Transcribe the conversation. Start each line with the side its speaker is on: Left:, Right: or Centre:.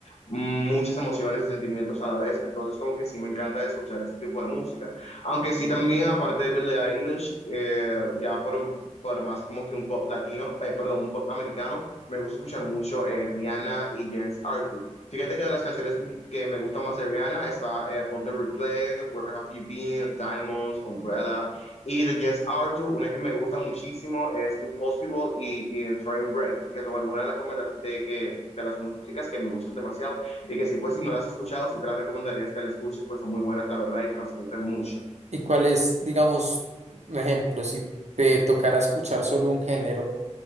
Left: muchas emociones y sentimientos a la vez, entonces como que sí me encanta escuchar ese tipo de música, aunque sí también aparte de Billie Eilish, eh, ya por, un- por más como que un pop latino, eh, perdón, un pop americano, me gusta escuchar mucho eh, Rihanna y James Arthur. Fíjate que de las canciones que me gustan más de Rihanna está eh, Pon de Replay, Where Have You Been, Diamonds, Umbrella. Y de Jess Arthur, una que me gusta muchísimo es Impossible y, y Train Break, que son algunas de las, comenta- de que, de las músicas que me gustan demasiado y que sí, pues si no las has escuchado, sí te las recomendaría que las escuches, pues son muy buenas, la verdad, y transmiten mucho.
Right: y cuál es, digamos, un ejemplo, si te tocara escuchar solo un género